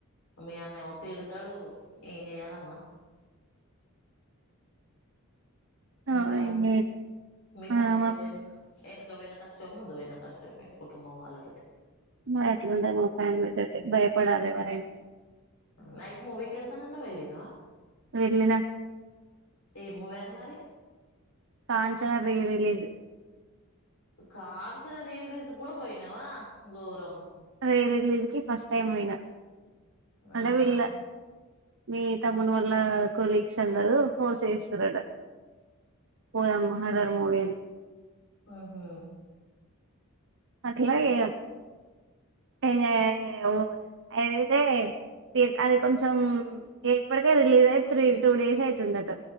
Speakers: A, on the left; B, on the right.
A: మీ అన్న ఏమో తిడతాడు ఏం చెయాలమ్మా మీ
B: ఆ
A: ఫ్యామి
B: ఇంగే
A: మీ ఫ్యామిలీ
B: ఆ మా
A: తోట వెనుక ఎనాకా పోయిన కష్టం ముందు పోన కష్టం మీ కుటుంబం వాళ్ళతోటి
B: మరి అట్లుండదు మా ఫ్యామిలీ తోటి భయపడాలి ఎవరైనా
A: నైట్ మూవీ కి వెళ్తా అన్నది వెళ్ళి తవ
B: వెళ్ళిన
A: ఏం మూవీ అది మరి
B: Kanchana re release
A: Kanchana re release కి కూడా పోయినావా గోరం
B: రీ రిలీజ్ కి ఫస్ట్ టైమ్ పోయిన అంటే
A: ఆహా
B: వీళ్ళ మీ తమ్ మూడు వల్ల కొలీగ్స్ అందరు <unintelligible> చేస్తారట పోదాం మహారాణి మూవీ అని
A: ఆహు
B: అట్లా అయామ్ ఎంజాయ్ అ ఐతే అది కొంచెం ఇప్పటికే రిలీజ్ అయి త్రీ టూ డేస్ అయితుందిట